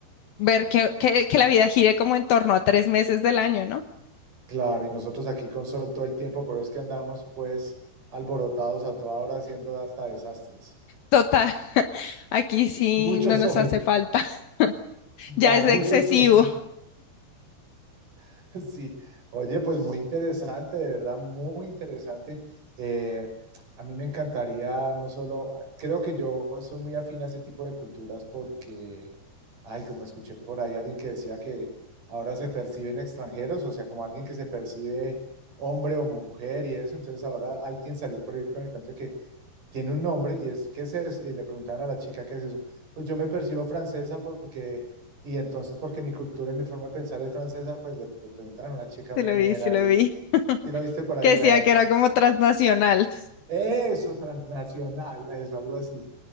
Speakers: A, on the left; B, on the right.
A: ver que, que, que la vida gire como en torno a tres meses del año, ¿no?
B: Claro, y nosotros aquí con sol todo el tiempo, por eso es que andamos pues alborotados a toda hora haciendo hasta desastres.
A: Total, <laughs> aquí sí
B: Mucho
A: no
B: sol,
A: nos hace falta. <laughs>
B: ya,
A: Ya es
B: mucho
A: excesivo.
B: sol. <laughs> Sí, oye, pues muy interesante, de verdad, muy interesante. Eh, a mí me encantaría, no solo, creo que yo soy muy afín a ese tipo de culturas porque, ay, como escuché por ahí alguien que decía que ahora se perciben extranjeros, o sea, como alguien que se percibe hombre o mujer y eso, entonces ahora alguien salió por ahí con el cuento de que tiene un nombre y es, ¿qué es eso? Y le preguntaban a la chica, ¿qué es eso? Pues yo me percibo francesa porque y entonces, porque mi cultura y mi forma de pensar es francesa, pues le, le preguntaron a una chica,
A: Se
B: una
A: lo
B: ñera,
A: vi, se lo
B: y
A: vi. <laughs>
B: si lo viste por ahí,
A: Que decía
B: bueno,
A: que era como transnacional.
B: eso, transnacional, eso, algo así.